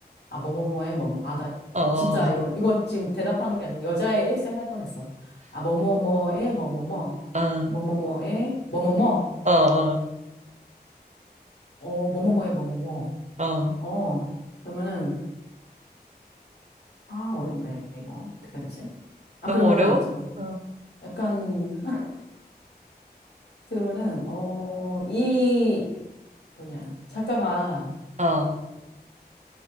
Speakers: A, on the left; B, on the right.
A: 아, 뭐뭐뭐의 뭐뭐. 아, 나
B: 어, 어,
A: 진짜 이거, 이거 지금 대답하는 게 아니고 여자의 일생 할 뻔했어. 아, 뭐뭐뭐의 뭐뭐뭐.
B: 어,
A: 뭐뭐뭐의 뭐뭐뭐.
B: 어, 어.
A: 어, 뭐뭐뭐의 뭐뭐뭐.
B: 어.
A: 어, 그러면은, 아, 어렵네, 이거. 어떻게 해야 되지? 아,
B: 너무
A: 그러면은,
B: 어려워?
A: 잠깐만.
B: 어,
A: 약간, <laughs> 그러면은, 어, 이, 뭐냐, 작가가
B: 어,